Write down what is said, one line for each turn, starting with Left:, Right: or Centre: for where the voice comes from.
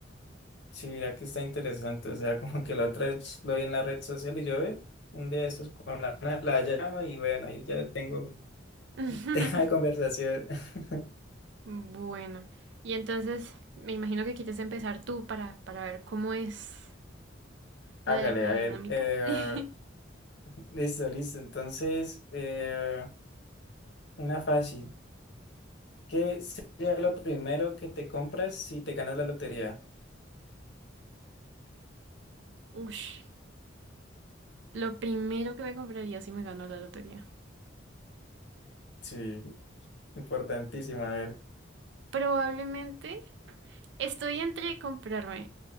Left: si mira que está interesante. O sea, <laughs> como que la otra vez lo vi en la red social y yo ve un día de estos con la, la llama y bueno, ahí ya tengo
Right: <laughs>
Left: <laughs> tema de conversación. <laughs>
Right: Bueno, y entonces me imagino que quieres empezar tú para, para ver cómo es la,
Left: Hágale,
Right: la
Left: a
Right: dinámica.
Left: ver. eh,
Right: <laughs>
Left: listo, listo. Entonces, eh, una fácil. ¿Qué sería lo primero que te compras si te ganas la lotería?
Right: Ush. Lo primero que me compraría si me gano la lotería.
Left: Sí, importantísimo. A ver.
Right: Probablemente estoy entre comprarme